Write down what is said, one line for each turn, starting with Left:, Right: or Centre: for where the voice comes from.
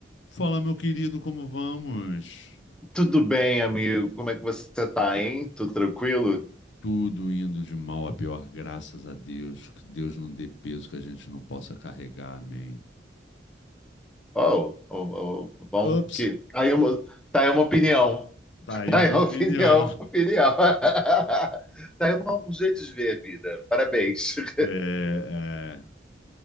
Left: Fala, meu querido, como vamos?
Centre: Tudo bem, amigo? Como é que você tá, hein? Tudo tranquilo?
Left: Tudo indo de mal a pior, graças a Deus. Que Deus não dê peso que a gente não possa carregar, amém.
Centre: Oh, oh, oh, bom
Left: Ups,
Centre: que tá aí uma, tá aí uma opinião.
Left: tá
Centre: <laughs>
Left: aí
Centre: Tá
Left: uma
Centre: aí uma
Left: opinião.
Centre: opinião, uma opinião. <laughs> Tá aí uma- um jeito de ver a vida. Parabéns. <laughs>
Left: É, é.